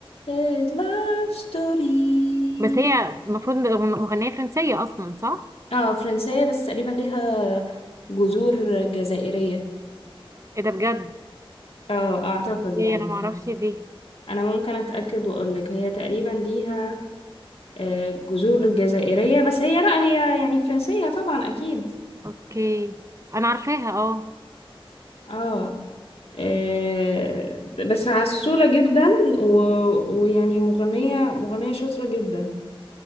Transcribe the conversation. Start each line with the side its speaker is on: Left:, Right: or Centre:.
Left: لاف ستوري
Right: بس هي المفروض مغنية فرنسية اصلا صح
Left: اه فرنسية بس تقريبا ليها جذور جزائرية
Right: ايه ده بجد
Left: اه اعتقد يعني
Right: ايه انا ما اعرفش دي
Left: انا ممكن اتأكد واقول لك هي تقريبا ليها آه، جذور جزائرية بس هي لا هي يعني فرنسية طبعا اكيد
Right: اوكي انا عارفاها اه
Left: اه آه، بس عسولة جدا و- ويعني مغنية مغنية شاطرة جدا